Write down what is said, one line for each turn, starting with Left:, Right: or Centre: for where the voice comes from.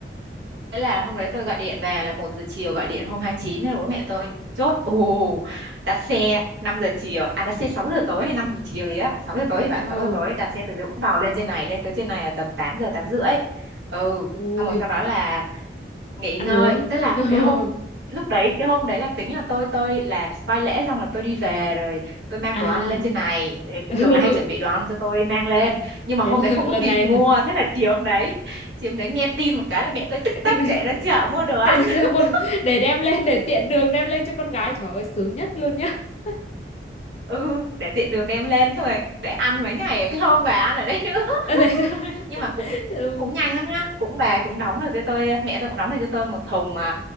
Right: Thế là hôm đấy tôi gọi điện về là một giờ chiều gọi điện hôm hai mươi chín thế là bố mẹ tôi chốt ù đặt xe 5 giờ chiều à đặt xe 6 giờ tối hay 5 giờ chiều gì á 6 giờ tối thì phải
Left: ờ
Right: 6 giờ tối đặt xe từ Vũng Tàu lên trên này lên tới trên này là tầm 8 giờ 8 rưỡi ừ
Left: ui
Right: xong rồi sau đó là nghỉ
Left: ăn
Right: ngơi
Left: uống
Right: thế là
Left: <laughs>
Right: cái hôm lúc đấy cái hôm đấy là tính là tôi tôi là coi lễ xong là tôi đi về rồi tôi mang
Left: à
Right: đồ ăn lên trên này Thì
Left: ừ.
Right: thường là hay chuẩn bị đồ ăn cho tôi mang lên nhưng mà
Left: thế
Right: hôm
Left: là
Right: đấy không
Left: lần
Right: có kịp
Left: này
Right: mua
Left: là
Right: thế là chiều hôm đấy chị hôm đấy nghe tin một cái là mẹ tôi tức
Left: <laughs>
Right: tốc
Left: thì-
Right: chạy ra chợ mua đồ ăn
Left: thế là một
Right: <laughs>
Left: để đem lên để tiện đường đem lên cho con gái trời ơi sướng nhất luôn nhá <laughs>
Right: ừ để tiện đường đem lên xong rồi để ăn mấy ngày cái hôm bà ăn ở đấy nữa <laughs>
Left: Ờ, để cho
Right: nhưng mà cũng
Left: ừ.
Right: cũng nhanh lắm nhá cũng bà cũng
Left: Ừ.
Right: đóng được cho tôi mẹ tôi cũng đóng được cho tôi một thùng mà